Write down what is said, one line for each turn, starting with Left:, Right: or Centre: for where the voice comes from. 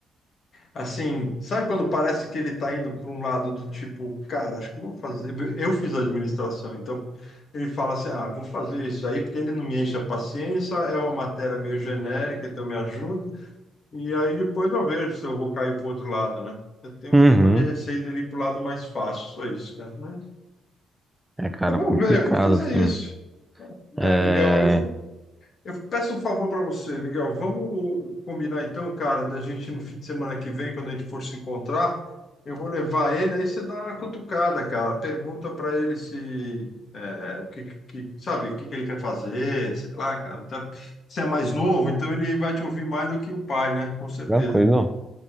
Left: assim, sabe quando parece que ele está indo para um lado do tipo, cara, acho que vou fazer. Eu fiz administração, então ele fala assim: ah, vou fazer isso aí porque ele não me enche a paciência, é uma matéria meio genérica, então me ajuda. E aí depois eu vejo se eu vou cair para o outro lado, né? Eu tenho
Centre: Uhum.
Left: um pouco de receio de ir para o lado mais fácil, só isso, cara. Mas
Centre: É, cara,
Left: eu vou
Centre: complicado,
Left: ver, eu vou fazer
Centre: assim.
Left: isso.
Centre: É...
Left: É, Miguel, eu vou, eu peço um favor para você, Miguel. Vamos combinar então, cara, da gente no fim de semana que vem, quando a gente for se encontrar, eu vou levar ele, aí você dá uma cutucada, cara. Pergunta para ele se é, o que, que sabe, o que que ele quer fazer, sei lá, cara. Tá- Você é mais novo, então ele vai te ouvir mais do que o pai, né? Com certeza.
Centre: Tranquilo,